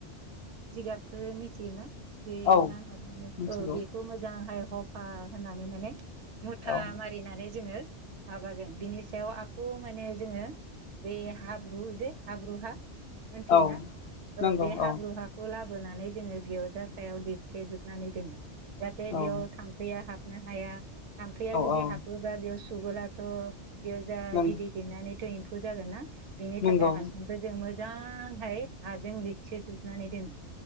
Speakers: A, on the right; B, on the left.
A: जिगाबखौ मिथियोना बे
B: औ
A: मा होनना बुङो
B: मिथिगौ
A: औ बे खौ मोजांहाय हफा होनानै माने मुथा
B: औ
A: मारिनानै जोंङो माबागोन बिनि सायाव आखो माने जोंङो बे हाब्रु जे हाब्रु हा मोनथियो
B: औ
A: ना?
B: नंगौ
A: बे हाब्रु
B: औ
A: हाखौ लाबोनानै जोङो बेयावजा सायाव लिरथेजोबनानै दोनो। जाहाथे
B: औ
A: बेयाव थाम्फैया हाबनो हाया थाम्फैया
B: औ
A: जुदि
B: औ
A: हाब बोबा बेयाव सुबुबोलाथ' बेयाव जा
B: नंगौ
A: बिदै दैेनानैथ' एम्फौ जागोन ना <unintelligible> बेनि
B: नंगौ
A: थाखाय हासुंखौ जों मोजांहाय हाजों लिरथिजोबनानै दोनो।